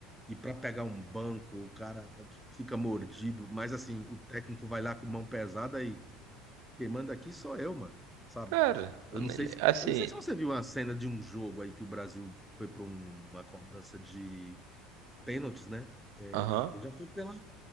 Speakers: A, in the centre; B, on the right (about 75°).
A: E para pegar um banco, o cara fica mordido, mas assim, o técnico vai lá com mão pesada e quem manda aqui sou eu, mano, sabe?
B: cara,
A: Eu
B: nem-
A: não sei
B: nem-
A: se,
B: assim,
A: eu não sei se você viu uma cena de um jogo aí que o Brasil foi para uma cobrança de pênaltis, né? É,
B: aham,
A: já foi pelo